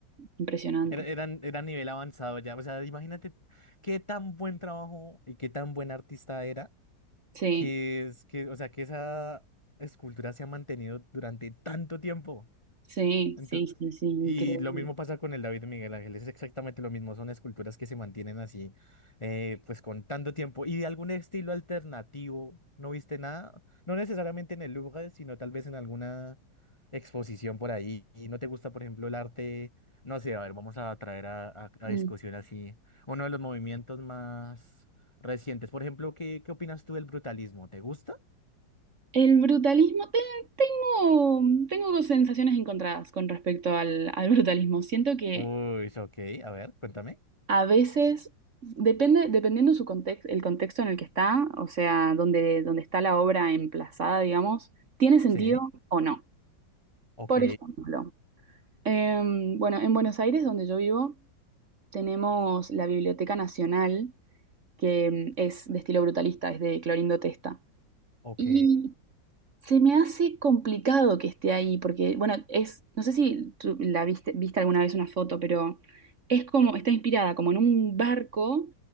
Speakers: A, on the right; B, on the left.
A: impresionante.
B: Era, eran, era nivel avanzado ya. O sea, imagínate qué tan buen trabajo y qué tan buen artista era
A: Sí,
B: que es que, o sea, que esa escultura se ha mantenido durante tanto tiempo.
A: sí,
B: Ento-
A: sí, sí, sí, increíble.
B: y lo mismo pasa con el David de Miguel Ángel, es exactamente lo mismo, son esculturas que se mantienen así, eh, pues con tanto tiempo. ¿Y de algún estilo alternativo no viste nada? No necesariamente en el Louvre, sino tal vez en alguna exposición por ahí. ¿Y no te gusta, por ejemplo, el arte? No sé, a ver, vamos a traer a, a- a
A: Mm.
B: discusión así uno de los movimientos más recientes. Por ejemplo, ¿qué, qué opinas tú del brutalismo? ¿Te gusta?
A: El brutalismo, te- tengo, tengo sensaciones encontradas con respecto al, al brutalismo. Siento que
B: Uy, ok, a ver, cuéntame.
A: A veces, depende, dependiendo su contexto, el contexto en el que está, o sea, donde, donde está la obra emplazada, digamos, ¿tiene sentido
B: Sí,
A: o no?
B: ok,
A: Por ejemplo, em, bueno, en Buenos Aires, donde yo vivo, tenemos la Biblioteca Nacional, que em, es de estilo brutalista, es de Clorindo Testa.
B: ok.
A: Y se me hace complicado que esté ahí, porque, bueno, es, no sé si tú la viste, viste alguna vez una foto, pero es como, está inspirada como en un barco